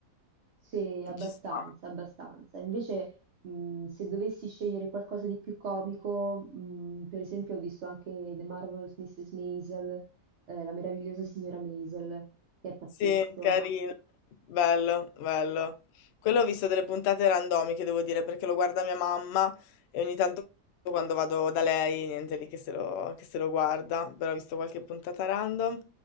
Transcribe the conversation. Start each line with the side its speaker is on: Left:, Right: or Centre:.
Right: Sì, abbastanza,
Left: Ci sta.
Right: abbastanza. Invece, mh, se dovessi scegliere qualcosa di più comico, mh, per esempio, ho visto anche The Marvelous Mrs. Maisel, eh, la meravigliosa signora Maisel, che è pazzesco.
Left: Sì, carino. Bello, bello. Quello ho visto delle puntate randomiche, devo dire, perché lo guarda mia mamma e ogni tanto quando vado da lei, niente lì che se lo, che se lo guarda, però ho visto qualche puntata random.